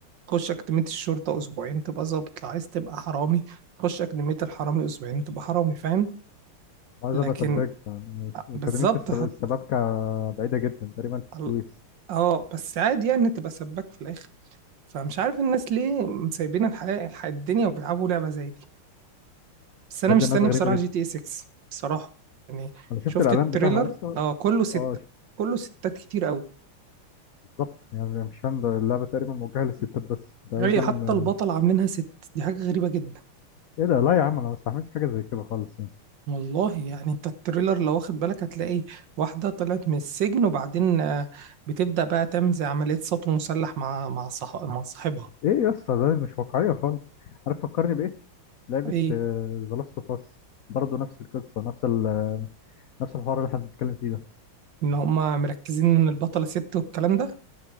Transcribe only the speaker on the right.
تخش أكاديمية الشرطة أسبوعين تبقى ظابط لو عايز تبقى حرامي تخش أكاديمية الحرامي أسبوعين تبقى حرامي فاهم
لكن
أ-
بالظبط
هت...
ال- اه بس عادي يعني تبقى سباك في الآخر فمش عارف الناس ليه سايبين الحياة الح- الدنيا وبيلعبوا لعبة زي دي بس
انا مستني
بصراحه
جي تي اي 6 بصراحه يعني
شفت
التريلر
اه كله ستة
كله ستات كتير قوي
هي حتى البطل عاملينها ست دي حاجه غريبه جدا
والله يعني انت التريلر لو واخد بالك هتلاقي واحده طلعت من السجن وبعدين آه، بتبدا بقى تعمل زي عمليه سطو مسلح مع مع صح... مع صاحبها
ايه
ان هما مركزين ان البطله ست والكلام ده